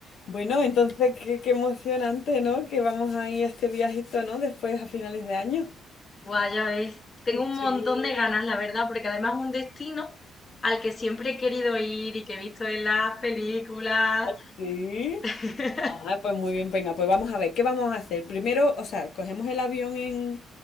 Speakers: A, on the left; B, on the left.
A: Bueno, entonces qué, qué emocionante, ¿no? Que vamos a ir a este viajito, ¿no? Después a finales de año.
B: Buah, ya ves,
A: Qué
B: tengo un
A: chulo.
B: montón de ganas, la verdad, porque además es un destino al que siempre he querido ir y que he visto en las películas.
A: Ah, Sí.
B: <laughs>
A: Ah, pues muy bien, venga, pues vamos a ver, ¿qué vamos a hacer? Primero, o sea, cogemos el avión en,